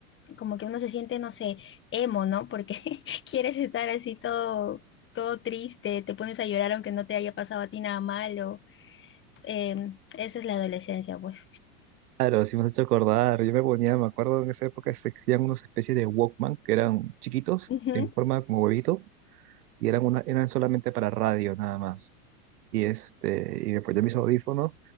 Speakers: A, on the left; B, on the right.
A: como que uno se siente, no sé, emo, ¿no? Porque <laughs> quieres estar así todo, todo triste, te pones a llorar aunque no te haya pasado a ti nada malo. Em, esa es la adolescencia, pues.
B: claro, sí me has hecho acordar. Yo me ponía, me acuerdo en esa época se hacían unas especies de Walkman que eran chiquitos,
A: Ujú,
B: en forma como huevito, y eran, una, eran solamente para radio, nada más. Y, este, y me ponía mis audífonos